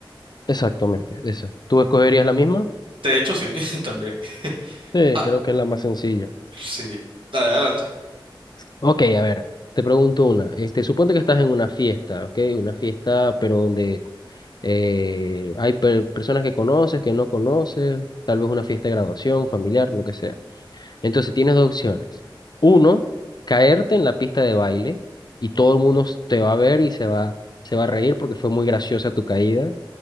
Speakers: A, on the left; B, on the right.
A: exactamente, esa. ¿Tú escogerías la misma?
B: De hecho, sí, <laughs> también.
A: Sí,
B: Ah,
A: creo que es la más sencilla.
B: sí, dale, adelante.
A: Ok, a ver, te pregunto una. Este, suponte que estás en una fiesta, ¿ok? Una fiesta, pero donde eh, hay per- personas que conoces, que no conoces, tal vez una fiesta de graduación, familiar, lo que sea. Entonces tienes dos opciones. Uno, caerte en la pista de baile y todo el mundo te va a ver y se va, se va a reír porque fue muy graciosa tu caída.